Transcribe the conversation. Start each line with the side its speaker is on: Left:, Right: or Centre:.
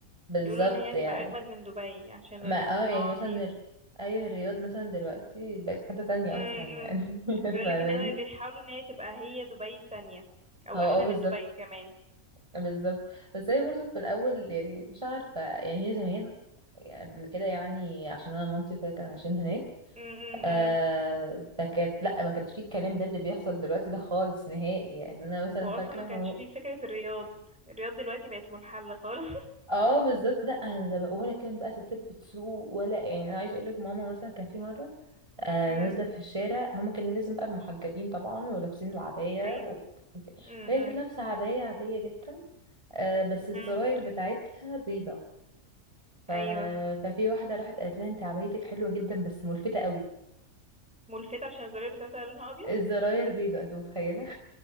Right: بالظبط
Centre: بيقولوا ان هي هتبقى
Right: يعني
Centre: اجمد من دبي عشان
Right: ما
Centre: الصناعه
Right: اه يعني مثلا
Centre: فيها
Right: الر- اي الرياض مثلا دلوقتي بقت في حتة تانية
Centre: امم
Right: اصلا يعني <laughs>
Centre: بيقولك
Right: فاهماني
Centre: ان هي بيحاولوا ان هي تبقى هي دبي التانية او
Right: هو
Centre: احلى
Right: اه بالظبط
Centre: من دبي كمان
Right: بالظبط بس هي برضه في الاول يعني مش عارفة يعني هي زمان قبل كده يعني عشان انا مامتي وكده كانوا عايشين هناك
Centre: م -م
Right: آه
Centre: -م.
Right: فكانت لا ما كانش فيه الكلام ده اللي بيحصل دلوقتي ده خالص نهائي يعني انا مثلا
Centre: هو اصلا
Right: فاكرة
Centre: ما كانش
Right: ما
Centre: فيه فكرة الرياض الرياض دلوقتي بقت منحلة خالص
Right: اه بالظبط لا أنا زم- ولا كان بقى ستات بتسوق ولا يعني انا عايز اقول لك ماما مثلا كان في مرة
Centre: <laughs>
Right: آه
Centre: امم
Right: نازلة في الشارع هما كانوا لازم بقى محجبين طبعا ولابسين العباية
Centre: ايوه
Right: و...
Centre: امم
Right: فهي كانت لابسة عباية عادية جدا آه بس الزراير
Centre: امم
Right: بتاعتها بيضة ف...
Centre: ايوه
Right: ففي واحدة راحت قالت لها انت عبايتك حلوة جدا بس ملفتة قوي
Centre: ملفتة عشان الزرار بتاعتها لونها ابيض
Right: الزراير بيضة انت متخيلة